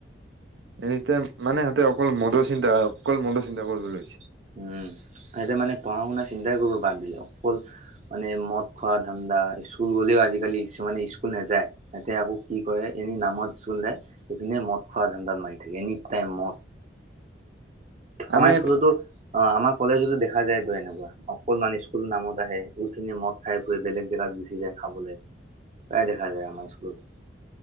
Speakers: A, on the right (about 80°); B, on the right (about 40°).
A: এনেতে মানে সিহঁতে অকল মদৰ চিন্তা অকল মদৰ চিন্তা কৰিবলৈ লৈছে
B: উম সিহতে মানে পঢ়া শুনা চিন্তা কৰো বাদ দিলে অকল মানে মদ খোৱা ধ্া স্কুল গ'লেও আজিকালি কিছুমানে স্কুল নাযায় তহঁতে আকৌ কি কৰে এনে নামত স্কুল যায় সপিনে মদ খোৱা ধানদাত মাৰি থাকে এনি টাইম মদ
A: আমি
B: আমাৰ
A: এটা
B: স্কুলতো অ আমাৰ কলেজতো দেখা যায় তো এনেকুৱা অকনমান স্কুলো নামত আহে এইখিনে মত, খাই পুৰে বেলেগ জেগাত গুচি যায় খাবলৈ। প্ৰায় দেখা যায় আমাৰ ইস্কুলত।